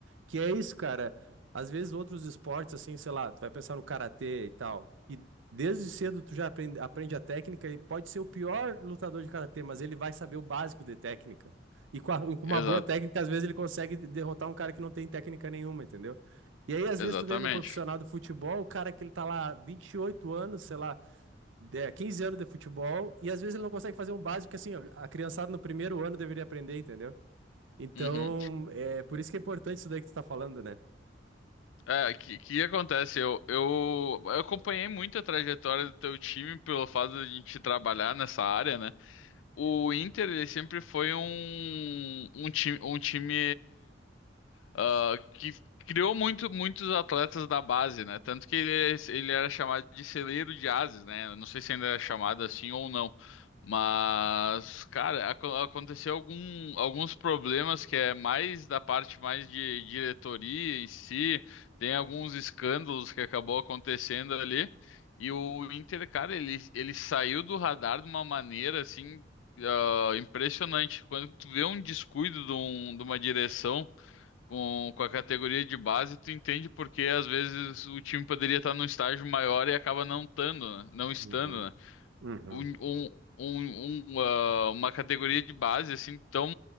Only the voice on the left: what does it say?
Exato.
Exatamente.
Uhum.
É, o que que acontece? Eu, eu, eu acompanhei muito a trajetória do teu time pelo fato de a gente trabalhar nessa área, né? O Inter, ele sempre foi um, um time, um time. ah, que criou muito, muitos atletas da base, né? Tanto que ele, ele era chamado de celeiro de ases, né? Eu Não sei se ainda é chamado assim ou não. Mas, cara, aco- aconteceu algum, alguns problemas que é mais da parte mais de diretoria em si, tem alguns escândalos que acabou acontecendo ali. E o Inter, cara, ele, ele saiu do radar de uma maneira assim, ah, impressionante. Quando tu vê um descuido de, um- de uma direção. Com, com a categoria de base, tu entende porque às vezes o time poderia estar num estágio maior e acaba não estando, né? Não estando,
né?
Um- um- um- um, ah, uma categoria de base assim tão,